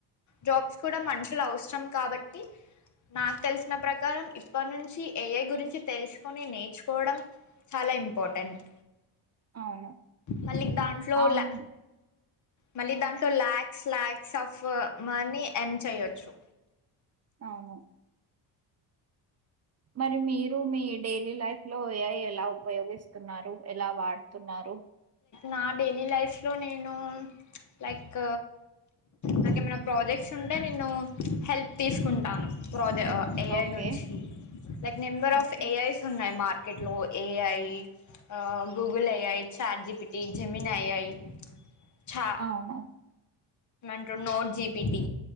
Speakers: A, on the left; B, on the right.
A: జాబ్స్ కూడా మనుషులు అవసరం కాబట్టి నాకు తెలిసిన ప్రకారం ఇప్పటి నుంచి ఏఐ గురించి తెలుసుకొని నేర్చుకోవడం చాలా ఇంపార్టెంట్
B: అవును
A: మళ్ళీ దాంట్లో
B: అవును
A: ల మళ్ళీ దాంట్లో lakhs lakhs of money earn చేయొచ్చు
B: అవును మరి మీరు మీ డైలీ లైఫ్ లో ఏఐ ఎలా ఉపయోగిస్తున్నారు ఎలా వాడుతున్నారు
A: నా డైలీ లైఫ్ లో నేను లైక్ నాకేమైనా ప్రాజెక్ట్స్ ఉంటే నేను హెల్ప్ తీసుకుంటాను <unintelligible> ఏఐ
B: ఓకే
A: నుంచి like number of
B: okay
A: AIs ఉన్నాయి మార్క్ ర్కెట్లో ఏఐ ఆ Google AI chat GPT Gemini ఐ ఐ చా
B: అవును
A: ంటు note GPT